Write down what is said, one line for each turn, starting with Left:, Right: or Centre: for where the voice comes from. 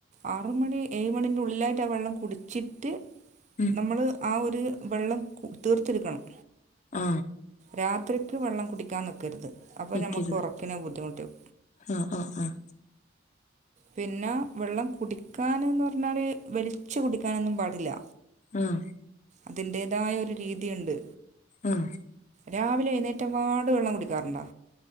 Right: ആറുമണി ഏഴ് മണി്റെ ഉള്ളിലായിട്ട് ആ വെള്ളം കുടിച്ചിട്ട്
Left: ഉം
Right: നമ്മള് ആ ഒരു വെള്ളം തീർത്തിടുക്കണം
Left: ആ
Right: രാത്രിക്ക് വെള്ളം കുടിക്കാൻ നിൽക്കരുത് അപ്പൊ
Left: നിക്കരുത്
Right: നഞമ്മക്ക് ഉറക്കിന ബുദ്ധിമുട്ടും
Left: ആഹ് ആഹ് ആഹ്
Right: പിന്നെ വെള്ളം കുടിക്കൻന്ന് പറഞ്ഞാൽ വെളിച്ചച്ച് കുടിക്കാനൊന്നും പാടില്ല
Left: ആഹ
Right: അതിന്റേതായ ഒരു രീതിയുണ്ട്
Left: ആഹ
Right: രാവിലെ എഴുന്നേറ്റംപാട് വെള്ളം കുടിക്കാറുണ്ടോ